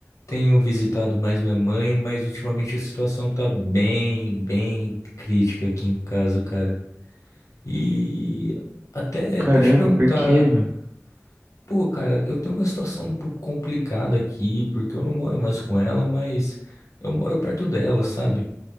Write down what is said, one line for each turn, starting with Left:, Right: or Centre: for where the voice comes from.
Left: tenho visitado mais minha mãe, mas ultimamente a situação tá bem, bem crítica aqui em casa, cara. E até,
Right: Caramba,
Left: até te perguntar,
Right: por quê, mano?
Left: pô, cara, eu tenho uma situação um pouco complicada aqui, porque eu não moro mais com ela, mas eu moro perto dela, sabe?